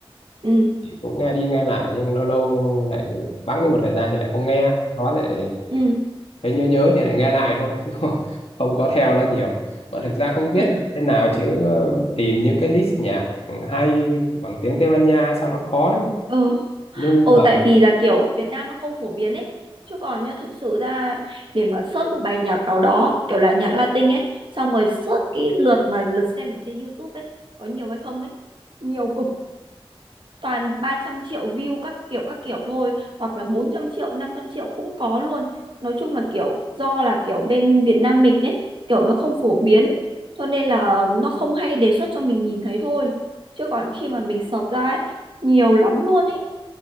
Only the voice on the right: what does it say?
ừ
ừ
ừ
ừ
Ồ,
tại vì là kiểu Việt Nam nó không phổ biến ấy chứ còn nhá thực sự ra để mà search một bài nhạc nào đó kiểu là nhạc Latin ấy xong rồi search cái lượt mà lượt xem ở trên YouTube ấy có nhiều hay không ấy nhiều cực toàn 300 triệu view các kiểu các kiểu thôi hoặc là bốn trăm triệu 500 triệu cũng có luôn nói chung là kiểu do là kiểu bên Việt Nam mình ấy kiểu nó không phổ biến cho nên là nó không hay đề xuất cho mình nhìn thấy thôi chứ còn khi mà mình search ra ấy nhiều lắm luôn ấy